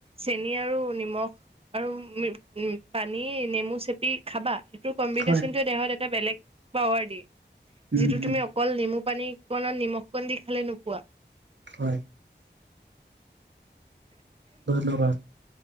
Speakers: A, on the right; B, on the right.
A: চেনি আৰু নিমখ। আৰু উ উ পানী নেমু চেপি খাবা। ত কম্পিটিচনটো
B: হয়
A: দেহত এটা বেলেগ বা <unintelligible> ৱাৰ <unintelligible>
B: উম
A: যিটো তুমি
B: উম
A: অকল নেমু পানী কণত নিমখ কণ দি খালে নোপোৱা।
B: হয় ধন্যবাদ।